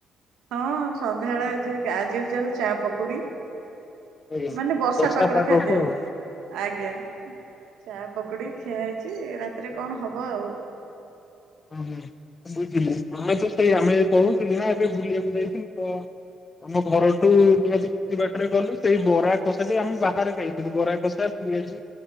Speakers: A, on the right (about 80°); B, on the left (about 30°).
A: ହଁ ସନ୍ଧ୍ୟା ବଳେ ଆଜି ଆଜିକୁ ଚାଲ ଚା ପକୁଡି
B: ଆଜ୍ଞା
A: ମାନେ ବର୍ଷା ପାଗର
B: ପାଗକୁ
A: ଖାଦ୍ୟ
B: ଆଉ
A: ଆଜ୍ଞା ଚା ପକୁଡି ଖିଆ ହେଇଛି ରାତିରେ କଣ ହବ ଆଉ।
B: ଓହୋ ବୁଝିଲି ଆମେ ତ ସେଇ ଆମେ କହୁଥିଲୁ ନା ଏବେ ବୁଲିବାକୁ ଯାଇଥିଲୁ ତ ଆମ ଘରଠୁ ନିହାତି କିଛି ବାଟରେ ଗଲୁ ସେଇ ବରା କଷାଟେ ଆମେ ବାହାରେ ଖାଇଥିଲୁ ବରା କଷା ପିଆଜି।